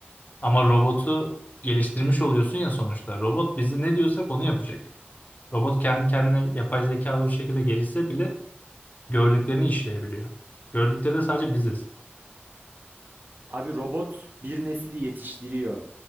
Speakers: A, on the left (about 40°); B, on the right (about 50°).
A: Ama robotu geliştirmiş oluyorsun ya sonuçta. Robot bizi ne diyorsak onu yapacak. Robot kendi kendine yapay zekalı bir şekilde gelişse bile gördüklerini işleyebiliyor. Gördükleri de sadece biziz.
B: Abi robot bir nesli yetiştiriyor.